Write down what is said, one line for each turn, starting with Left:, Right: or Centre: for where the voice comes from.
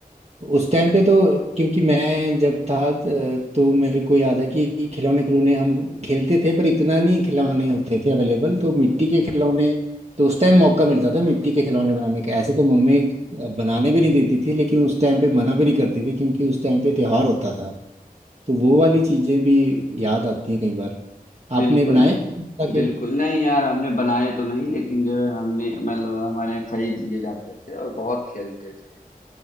Right: उस टाइम पे तो क्योंकि मैं जब था अ, तो मेरे को याद है कि खिलौने खिलौने हम खेलते थे पर इतना नहीं खिलौने होते थे अवेलेबल तो मिट्टी के खिलौने तो उस टाइम मौका मिलता था मिट्टी के खिलौने बनाने का ऐसे तो मम्मी अ, बनाने भी नहीं देती थी लेकिन उस टाइम पे मना भी नहीं करती थी क्योंकि उस टाइम पे त्योहार होता था तो वो वाली चीज़ें भी याद आती हैं कई बार
Left: बिल्कुल
Right: आपने बनाए <laughs>
Left: बिल्कुल नहीं यार हमने बनाए तो नहीं लेकिन जो है हमने मतलब हमारे यहाँ खरीद लिए जाते थे और बहुत खेलते थे